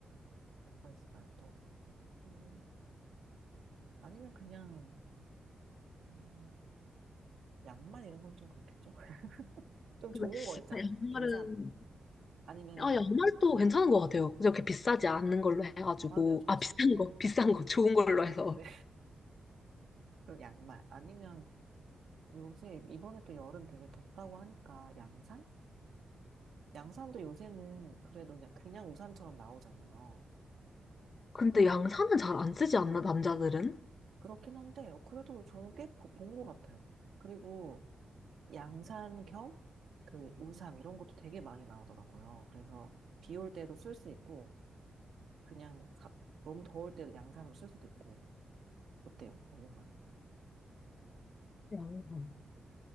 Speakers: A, on the right; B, on the left.
A: 뭐가 있을까요? 또 티셔츠. 아니면 그냥, 음, 양말 이런 건 좀 그렇겠죠? <laughs> 좀
B: 근데
A: 좋은 거 있잖아요.
B: 아, 양말은
A: 괜찮아. 아니면,
B: 아 양말도 괜찮은 것 같아요. 그렇게
A: 음,
B: 비싸지
A: 음.
B: 않은 걸로 해가지고
A: 맞아요. 좀
B: 아
A: 진짜
B: 비싼
A: 좋은
B: 거 <laughs> 비싼
A: 거.
B: 거 좋은 걸로
A: 네네네.
B: 해서.
A: 그 양말 아니면 요새 이번에 또 여름 되게 덥다고 하니까 양산? 양산도 요새는 그래도 그냥 그냥 우산처럼 나오잖아요.
B: 근데 양산은 잘 안 쓰지 않나 남자들은?
A: 그렇긴 한데 어, 그래도 저는 꽤 본 것 같아요. 그리고 양산 겸 그 우산 이런 것도 되게 많이 나오더라고요. 그래서 비 올 때도 쓸 수 있고 그냥 가- 너무 더울 때도 양산으로 쓸 수도 있고 어때요? 얼마나?
B: 양산.